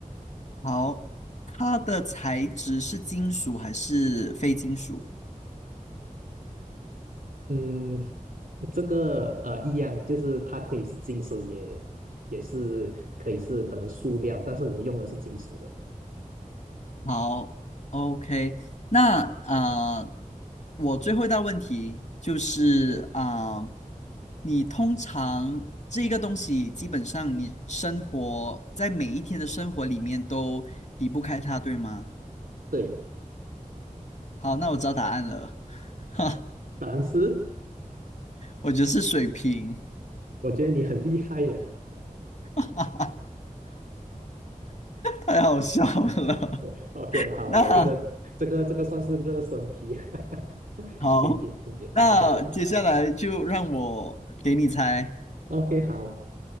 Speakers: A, on the left; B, on the right.
A: 好，它的材质是金属还是非金属？
B: 嗯，这个呃一样，就是它可以是金属也，也是可以是可能塑料，但是我用的是金属的。
A: 好，OK，那呃，我最后一道问题就是啊、呃你通常这一个东西基本上你生活在每一天的生活里面都离不开它，对吗？
B: 对，
A: 好，那我知道答案了，<laughs> 哈，
B: 但是
A: 我觉得是水瓶。
B: 我觉得你很厉害耶。
A: <laughs> 太好笑了。
B: <laughs>
A: <laughs>
B: OK 了，好了，
A: 那
B: 我这个这个这个算是热身题，<laughs>
A: 好，
B: 挺简挺简单。
A: 那接下来就让我给你猜。
B: OK，好的，OK 好